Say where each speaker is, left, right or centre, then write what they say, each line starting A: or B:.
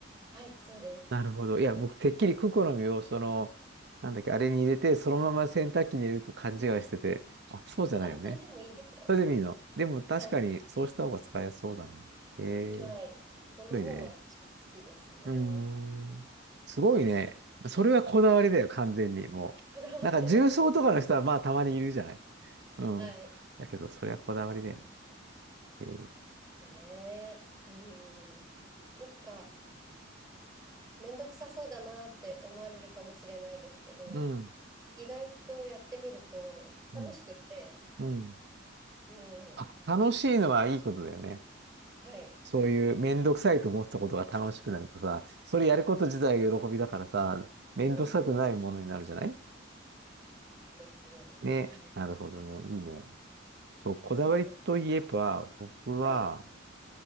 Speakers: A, on the right (about 20°); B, on the right (about 55°).
A: はい、そうです。
B: なるほど。いや、僕、てっきりクコの実を、その、なんだっけ、あれに入れて、そのまま洗濯機に入れると勘違いしてて、あ、そうじゃないよね。
A: あ、それでもいいんですよ。
B: それでいいの。でも、確かに、
A: はい。
B: そうした方が使いやすそうだな。ええ面
A: はい。その方が私は好きですね。
B: 白いね。うーん。すごいね。
A: で、そ
B: それはこだわりだよ、完全に。もう。
A: <laughs> こだわってます。
B: なんか、重曹とかの人は、まあ、たまにいるじゃない。うん。
A: はい。
B: だけど、それはこだわりだよね。えー
A: ねえ。うん。なんか、めんどくさそうだなって思われるかもしれないですけど、
B: うん。
A: 意外とやってみると楽しくて、
B: うん。うん。
A: うん。
B: あ、楽しいのはいいことだよね。
A: はい。
B: そういうめんどくさいと思ってたことが楽しくなるとさ、それやること自体が喜びだからさ、めんどくさくないものになるじゃない
A: うんうん。ですよ。
B: ね、
A: うん。
B: なるほどね。いいね。そう、
A: え、
B: こだわりといえば、
A: その、
B: 僕は、
A: はい。